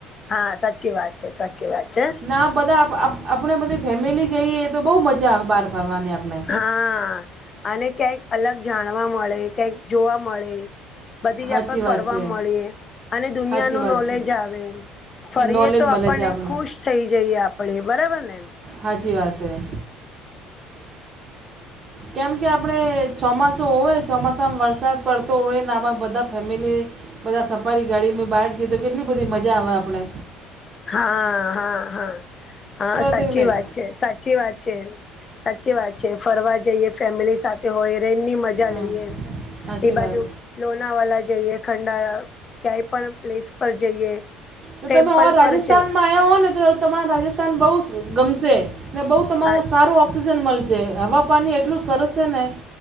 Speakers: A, on the left; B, on the right.
A: હા, સાચી વાત છે, સાચી વાત છે.
B: ના બધા આપણે બધી ફેમિલી જઈએ, તો બહુ મજા આવે બહાર ફરવાની આપણે.
A: હા, અને ક્યાંક અલગ જાણવા મળે, ક્યાંક જોવા મળે. બધી જગ્યાપર
B: સાચી
A: ફરવા
B: વાત છે
A: મળે, અને દુનિયાનું
B: સાચી વાત
A: નોલેજ
B: છે
A: આવે. ફરીએ
B: નોલેજ
A: તો,
B: મળે
A: આપણને
B: છે આપણે
A: ખુશ થઈ જઈએ, આપણેે બરાબર ને.
B: હાચી વાત હૈ. કેમ કે, આપડે ચોમાસું હોય. ચોમાસામાં વરસાદ પડતો હોય ને, આમાં બધા ફેમિલી બધા સફારી ગાડી મે બહાર જઈએ, તો કેટલી બધી મજા આવે આપે.
A: હા, હા, હા, હા, સાચી
B: છે કે નહીં
A: વાત છે, સાચી વાત છે. સાચી વાત છે, ફરવા જઈએ ફેમિલી સાથે હોઈએ એની મજા મજા
B: હા
A: લઈએ
B: સાચી
A: એ બાજુ.
B: વાત
A: લોનાવાલા જઈએ, ખંડાલા, ક્યાંય પણ પ્લેસ પર જઈએ.
B: જો
A: ટેમ્પલ
B: તમે રાજસ્થાનમાં
A: પર જઈ
B: આવ્યા હો ને, તો તમારા રાજસ્થાન બહુ ગમશે ને બહુ તો મને
A: હા
B: સારું ઓક્સિજન મળશે, હવા, પાણી એટલું સરસ છે ને.